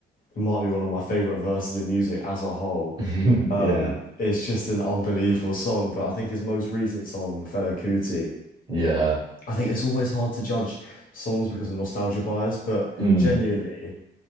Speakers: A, on the left (about 45°); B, on the right (about 20°).
A: might be one of my favorite verses in music as a whole.
B: <laughs>
A: Um,
B: yeah,
A: it's just an unbelievable song. But I think his most recent song, Fela Kuti.
B: yeah.
A: I think it's always hard to judge songs because of nostalgia bias, but
B: Mm,
A: genuinely,